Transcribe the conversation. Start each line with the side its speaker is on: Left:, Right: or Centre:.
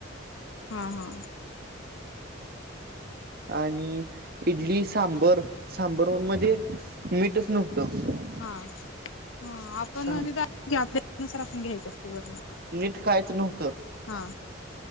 Left: हा हा!
Right: आणि इडली सांबर, सांबर मध्ये मीठच नव्हतं.
Left: हा हा आपण
Right: सां
Left: तिथ <unintelligible> आपल्यानुसार आपण घ्यायचं असते वरनं
Right: मीठ कायचं नव्हतं.
Left: हा!